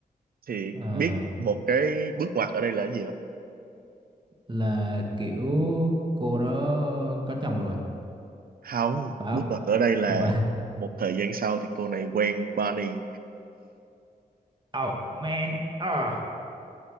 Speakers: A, on the right; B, on the right.
A: thì
B: à
A: biết một cái bước ngoặt ở đây là cái gì không
B: là kiểu cô đó có chồng rồi
A: không
B: phải
A: bước
B: không
A: ngoặt ở đây là
B: không phải
A: một thời gian sau thì cô này quen Barney
B: Oh man. À.